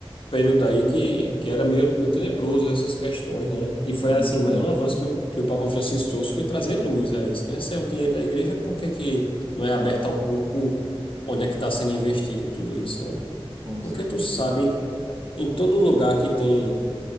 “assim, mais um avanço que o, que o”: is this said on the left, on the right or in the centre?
Left